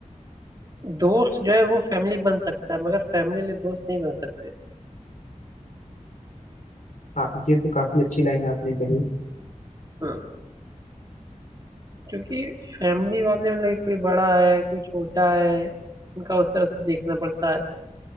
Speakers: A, on the right; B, on the left.
A: दोस्त जो है वो फैमिली बन सकता है मगर फैमिली वाले दोस्त नहीं बन सकते
B: हाँ ये तो काफी अच्छी लाइन आपने कही
A: हम्म क्योंकि फैमिली वाले मतलब कोई बड़ा है कोई छोटा है उनका उस तरह से देखना पड़ता है